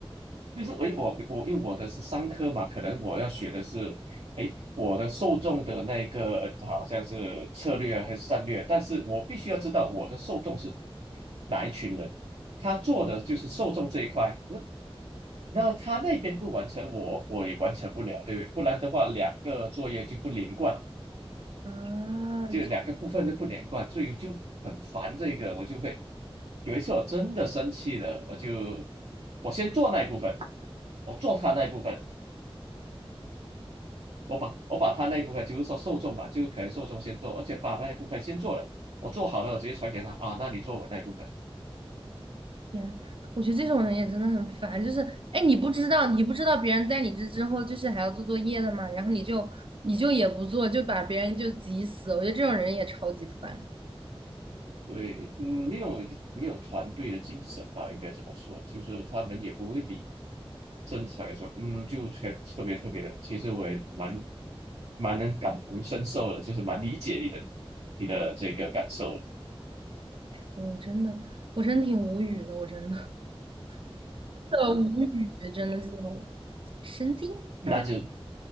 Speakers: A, on the right; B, on the right.
A: 就是诶，我我因为我的是商科嘛，可能我要学的是，诶，我的受众的那个好像是策略啊还是战略，但是我必须要知道我的受众是哪一群人，他做的就是受众这一块，那那他那边不完成我，我也完成不了，对不对？不然的话，两个作业就不连贯，
B: 啊，
A: 就两个部分就不连贯，所以我就很烦这个，我就会有一次我真的生气了，我就我先做那一部分，我做他那一部分。我把我把他那一部分，就是说受众嘛，就是可能受众先做，而且把那一部分先做了，我做好了，我直接传给他啊，那你做我那一部分。
B: 天，我觉得这种人也真的很烦。就是，哎，你不知道，你不知道别人在你这之后，就是还要做作业的嘛，然后你就你就也不做，就把别人就急死。我觉得这种人也超级烦，
A: 对，嗯，没有没有团队的精神吧，应该这么说，就是他们也不会理正常来说，嗯，就全特别特别的。其实我也蛮蛮能感同身受的，就是蛮理解你的你的这个感受的。
B: 我真的，我真挺无语的，我真的，<laughs> 的无语，真的是那种神经。
A: 那就
B: <laughs>